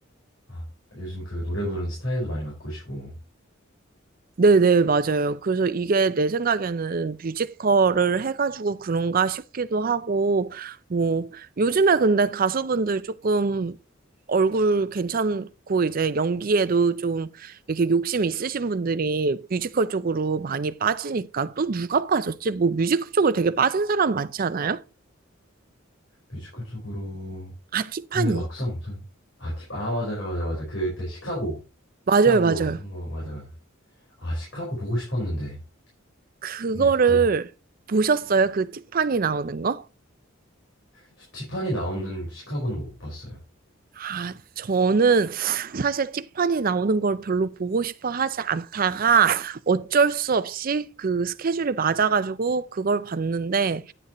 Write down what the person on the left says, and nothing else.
아 요즘 그 노래 부르는 스타일도 많이 바꾸시고
뮤지컬 쪽으로.
아, 근데 막상 전, 아, 팁, 아, 맞아요, 맞아요, 맞아요. 그때 시카고.
시카고
한 거, 맞아요, 맞아요. 아, 시카고 보고 싶었는데.
근데 그때,
저 티파니 나오는 시카고는 못 봤어요.